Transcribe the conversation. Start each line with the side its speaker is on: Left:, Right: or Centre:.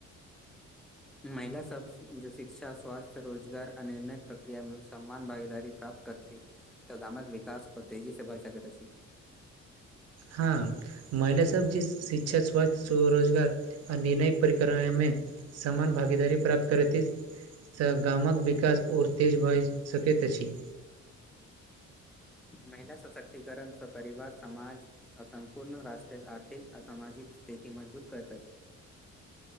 Centre: महिला सब जे शिक्षा स्वास्थ्य रोजगार आ निर्णय प्रक्रियामे सम्मान भागीदारी प्राप्त करथि तऽ गामक विकास आउर तेजी से भय सकेथ अछि
Right: हँ महिलासभ जे शिक्षा स्वास्थ्य स्वरोजगार आ निर्णय <unintelligible> समान भागीदारी प्राप्त करैत सँ गामक विकास आओर तेज भऽ सकैत अछि
Centre: महिला सशक्तिकरण सँ परिवार समाज आ सम्पूर्ण रष्ट्रक आर्थिक आ सामजिक स्थिति मजबूत करत अछि